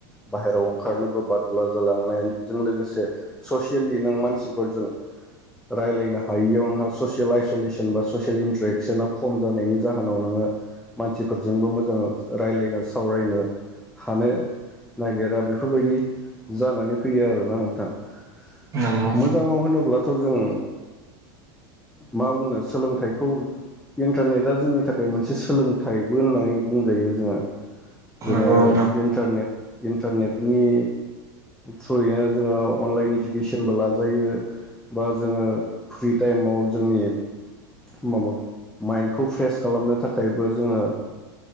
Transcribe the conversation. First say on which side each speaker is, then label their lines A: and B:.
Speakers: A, in the centre; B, on the right.
A: बाहेरायाव ओंखारनोबो बादुला जालांनायजों लोगोसे ससियेलि नों मानसिफोरजों रायलायनो हायियाव नोंहा ससियेल आइसलेसन जेनबा ससियेल इन्ट्रेकसना खम जानायनि जाहोनाव नोङो मानसिफोरजोंबो मोजां रायलायनो सावरायनो हानो नागिरा बेफोरबायदि जानानै फैयो आरोना नोंथां मोजाङाव
B: नंगौ
A: होनोब्ला थ जों मा बुंनो सोलोंथाइखौ इन्टारनेट जोंनि थाखाय मोनसे सोलोंथाइबो होननानै बुंजायो जोङो जोङो
B: नंगौ नोंथां
A: इन्टारनेट इन्टारनेटनि थ्रुयैनो जोङो अनलाइन इडुकेसनबो लाजायो बा जोङो फ्रि टाइमाव जोंनि माम माइन्डखौ फ्रेस खालामनो थाखायबो जोङो